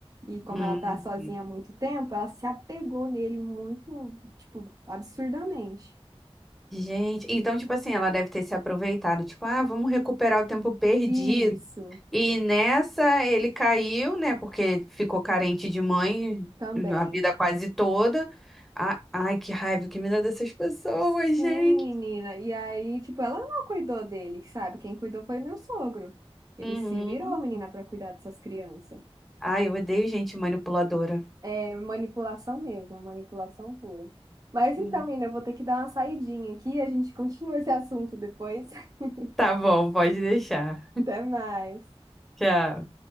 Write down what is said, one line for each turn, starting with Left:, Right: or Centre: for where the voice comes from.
Right: E como
Centre: hum.
Right: ela tá sozinha há muito tempo, ela se apegou nele muito, tipo, absurdamente.
Centre: Gente, então, tipo assim, ela deve ter se aproveitado, tipo, ah, vamos recuperar o tempo perdido.
Right: Isso,
Centre: E nessa ele caiu, né? Porque ficou carente de mãe
Right: também.
Centre: a vida quase toda. Ah, ai, que raiva que me dá dessas pessoas,
Right: Sim,
Centre: gente.
Right: menina. E aí, tipo, ela não cuidou dele, sabe? Quem cuidou foi meu sogro. Ele
Centre: Uhum.
Right: se virou, menina, pra cuidar dessas crianças.
Centre: Ai, eu odeio gente manipuladora.
Right: É manipulação mesmo, manipulação pura. Mas então,
Centre: Uh.
Right: Ina, eu vou ter que dar uma saidinha aqui, a gente continua esse assunto depois. <laughs>
Centre: Tá bom, pode deixar.
Right: Até mais.
Centre: Tchau.